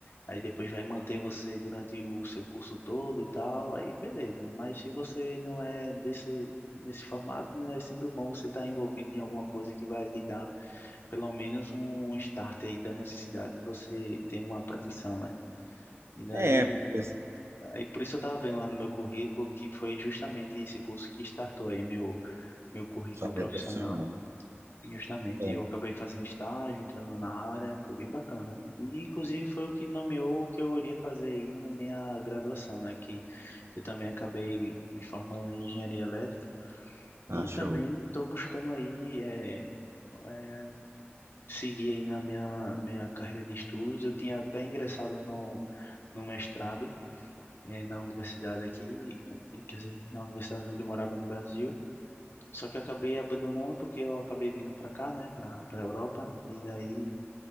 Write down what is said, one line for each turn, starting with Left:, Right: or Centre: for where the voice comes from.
Left: Aí depois vai manter você durante o seu curso todo e tal, aí beleza, né? Mas se você não é desse nesse formato, né, é sempre bom você estar envolvido em alguma coisa que vai lhe dar pelo menos um start aí da necessidade de você ter uma profissão, né? E daí,
Right: É, porque
Left: aí por isso eu estava vendo lá no meu currículo que foi justamente esse curso que startou aí meu meu currículo
Right: só que
Left: profissional
Right: ele é profissional, né?
Left: Justamente,
Right: É,
Left: eu acabei fazendo estágio, entrando na área, foi bem bacana. E, inclusive, foi o que nomeou o que eu iria fazer aí na minha graduação, né? Que eu também acabei me me formando em engenharia elétrica
Right: acho
Left: e também estou buscando aí é, é, seguir aí na minha, minha carreira de estudos. Eu tinha até ingressado no, no mestrado é, na universidade aqui, eh, quer dizer, na universidade onde eu morava no Brasil. Só que eu acabei abandonando porque eu acabei vindo para cá, né, para para Europa, e daí